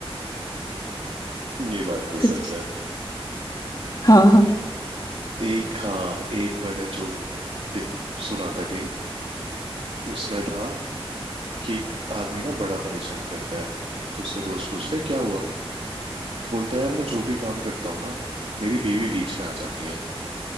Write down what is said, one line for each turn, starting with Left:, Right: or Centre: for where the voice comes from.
Right: ये बात तो
Left: कुछ
Right: सच है
Left: हाँ हाँ
Right: एक हाँ एक मैंने जो दे- सुना था कहीं उसमें था कि एक आदमी ना बड़ा परेशान रहता है तो उसका दोस्त पूछता है क्या हुआ तो बोलता है यार मैं जो भी काम करता हूँ ना मेरी बीवी बीच में आ जाती है